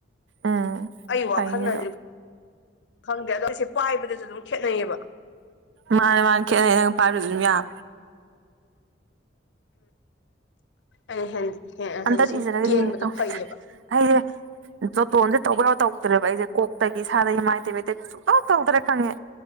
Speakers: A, on the right (about 80°); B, on the left (about 70°).
A: ꯎꯝ
B: ꯑꯩ ꯋꯥꯈꯟꯅꯗꯤ
A: ꯐꯩꯅꯦ ꯑꯗꯣ
B: ꯈꯪꯗꯦ ꯑꯗꯣ <unintelligible> ꯄꯥꯏꯕꯗꯁꯨ ꯗꯨꯝ ꯈꯦꯠꯅꯩꯌꯦꯕ
A: ꯃꯥꯅꯦ ꯃꯥꯅꯦ ꯈꯦꯠꯅꯩ ꯅꯪ ꯄꯥꯏꯕꯁꯨ ꯗꯨꯝ ꯌꯥꯝ
B: ꯎꯝ <unintelligible>
A: ꯑꯝꯇꯗꯤ ꯏꯖꯔꯒ
B: ꯀꯦꯟꯕꯗꯣ
A: ꯌꯦꯡꯒꯦ ꯇꯧꯅꯦ
B: ꯐꯩꯌꯦꯕ
A: ꯑꯩꯁꯦ ꯖꯣꯇꯣꯟꯁꯦ ꯇꯧꯕ ꯌꯥꯕ ꯇꯧꯗ꯭ꯔꯦꯕ ꯑꯩꯁꯦ ꯀꯣꯛꯇꯒꯤ ꯏꯁꯥꯗꯒꯤ ꯃꯥꯏꯗꯩ ꯃꯤꯠꯇꯩ ꯁꯨꯛꯇꯧ ꯇꯧꯗ꯭ꯔꯦ ꯈꯪꯉꯦ